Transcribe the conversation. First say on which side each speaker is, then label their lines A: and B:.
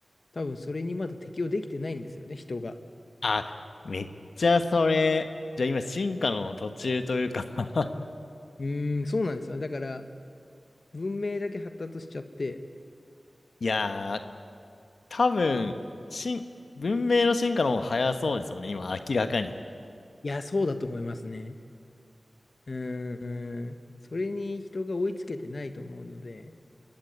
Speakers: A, on the left; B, on the left.
A: 多分それにまだ適応できてないんですよね、人が。
B: あ、めっちゃそれ、じゃあ今進化の途中というか <laughs>
A: うーん、そうなんですよ。だから、文明だけ発達しちゃって、
B: いやー、多分、進、文明の進化の方が早そうですよね、今明らかに。
A: いや、そうだと思いますね。うーん、それに人が追いつけてないと思うので、